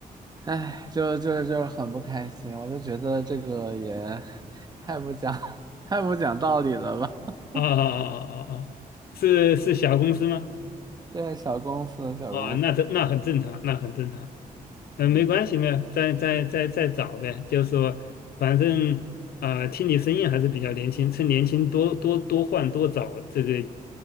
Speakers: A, on the right; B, on the left.
A: 哎，就就就很不开心，我就觉得这个也太不讲 <laughs> 太不讲道理了吧？
B: 啊啊啊啊！
A: <laughs>
B: 啊！是是小公司吗？
A: 对，小公司，小公司，
B: 啊，那这那很正常，那很正常，嗯，
A: 嗯
B: 没关系，没有，再再再再找呗，就是说，反正啊、听你声音还是比较年轻，趁年轻多多多换多找，这个